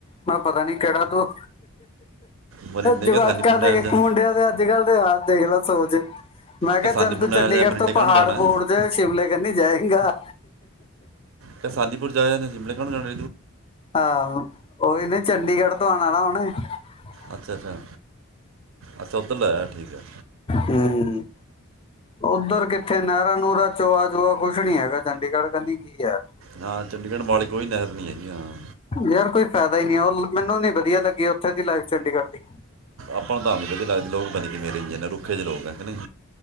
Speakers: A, on the left; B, on the right.
A: ਮੈਂ ਪਤਾ ਨੀ ਕਿਹੜਾ ਤੂੰ
B: ਮਰਿੰਡੇ
A: ਜਵਾਾਕਾਂ
B: ਕੇ ਸਾਨੀਪੁਰ ਨਹਿਰ
A: ਦੇ
B: ਜਾ
A: ਮੁੰਡਿਆਂ ਦੇ ਦੇਖਲਾ ਸੋਜੇ ਮੈਂ ਕਿਹਾ
B: ਕਿ ਸਾਨੀਪੁਰ
A: ਚੱਲ ਤੂੰ
B: ਨਹਿਰ
A: ਚੰਡੀਗੜ੍ਹ
B: ਜਾ ਮਰਿੰਡੇ
A: ਤੋਂ ਪਹਾੜ
B: ਕਾਹਨੂੰ ਜਾਣਾ
A: ਪਹਾੂੜ ਚ ਸ਼ਿਮਲੇ ਕਰਨੀ ਜਾਏ। ਚੰਗਾ।
B: ਕ ਕਿਸਾਨੀਪੁਰ ਜਾਇ ਨੇ ਸ਼ਿਮਲੇ <unintelligible>
A: ਹਾਂ। ਓਹੀਨੇ ਚੰਡੀਗੜ੍ਹ ਤੋਂ ਆਉਣਾ ਨਾ ਉਹੁਨੇ <unintelligible>
B: ਅੱਛਾ ਅੱਛਾ। ਅੱਛਾ ਉੱਧਰ ਲੈ ਠੀਕ ਹੈ।
A: ਹੂੰ ਉੱਧਰ ਕਿੱਥੇ ਨਹਿਰਾ ਨੂਰਾ ਚੋਆ ਚੋਆ ਕੁਛ ਨੀ ਹੈਗਾ ਚੰਡੀਗੜ੍ਹ ਕਹਿੰਦੀ ਕੀ ਯ
B: ਹਾਂ ਚੰਡੀਗੜ੍ਹ ਮੋਹਾਲੀ ਕੋਈ ਨਹਿਰ ਨਹੀਂ ਹੈਗੀ ਹਾਂ।
A: ਯਾਰ ਕੋਈ ਫਾਇਦਾ ਹੀ ਨਹੀਂ ਉਹ ਮੈਨੂੰ ਨੀ ਵਧੀਆ ਲੱਗੀ ਉੱਥੇ ਦੀ ਲਾਈਫ ਚੰਡੀਗੜ੍ਹ ਦੀ
B: ਆਪਾਂ ਨੂੰ ਤਾਂ ਵਧੀ ਲੱਗਦੇ ਲੋਕ ਬਣੀ ਕਿ ਮੇਰੇ ਨੇ ਰੁੱਖੇ ਦੇ ਲੋਕ ਹੈ ਨਹੀਂ।